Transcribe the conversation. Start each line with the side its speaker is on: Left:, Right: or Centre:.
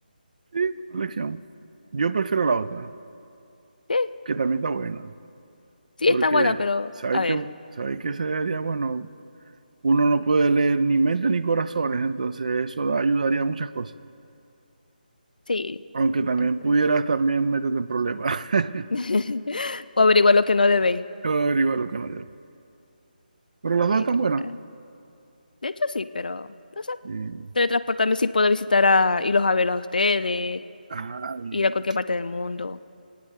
Right: Sí, buena elección. Yo prefiero la otra,
Left: Sí,
Right: que también está buena,
Left: sí,
Right: porque
Left: está buena, pero
Right: sabéis
Left: a ver,
Right: que, sabéis que sería bueno uno no puede leer ni mentes ni corazones, entonces eso da- ayudaría a muchas cosas.
Left: sí.
Right: Aunque también
Left: em, pero-
Right: pudieras también meterte en problemas. <laughs>
Left: <laughs> O averiguar lo que no debéis.
Right: Pero igual lo que no debo. Pero las
Left: Mira,
Right: dos están buenas.
Left: eh, De hecho, sí, pero no sé.
Right: Bien.
Left: Teletransportarme sí puedo visitar a irlos a verlos a ustedes,
Right: Ah, bien.
Left: ir a cualquier parte del mundo.